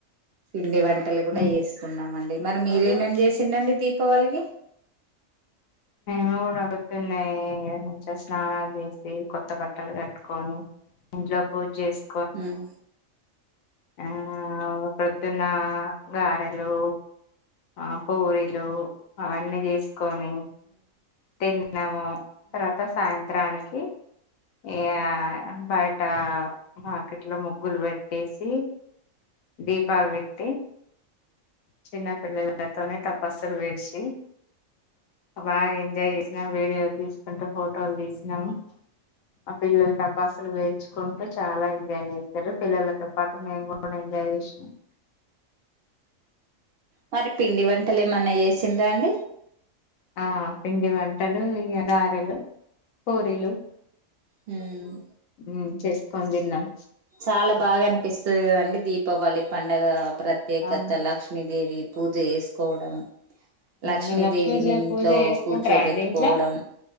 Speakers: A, on the right (about 60°); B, on the left (about 80°).
A: పిండి వంటలు కూడా
B: మ్మ్
A: వేసుకున్నాం అండి మరి మీరేమేమ్ చేసిండండి దీపావళికి
B: మేం కూడా పొద్దునే మంచిగా స్నానాలు చేసి కొత్త బట్టలు కట్టుకొని ఇంట్లో పూజ చేస్జ్
A: హ్మ్
B: ఆ ప్రొద్దున్న గారెలు ఆ పూరీలు అవన్నీ చేసుకొని తిన్నాము తర్వాత సాయంత్రానికి ఇ ఆ అమ్ బయట వాకిట్లో ముగ్గులు పెట్టేసి దీపాలు పెట్టి చిన్న పిల్లలతోనే తపస్సులు వేయించి బాగా ఎంజాయ్ చేసిన వీడియోలు తీసి అంత ఫోటోలు తీసినాము ఆ పిల్లలు టపాస్లు పేల్చుకుంటూ చాలా ఎంజాయ్ చేసారు పిల్లలతో పాటు మేము కూ డ ఎంజాయ్ చేషినం
A: మరి పిండి వంటలు ఏమన్నా చేసిండ్రా అండి
B: ఆ పిండి వంటలు ఇగ గారెలు పూరీలు
A: హుమ్
B: ఉమ్ చేసుకొని తిన్నాం
A: చాలా బాగన్ పిస్తది కదండి దీపావళి పండగ ప్రత్యేకత
B: ఆ
A: లక్ష్మీదేవి పూజ చేసుకోవడం లక్ష్మీదేవిని
B: మీ లక్ష్మీదేవి
A: ఇంట్లో
B: పూజ చేసుకుంటారా
A: కూర్చోబెట్టుకోవడం
B: అండి ఇంట్లో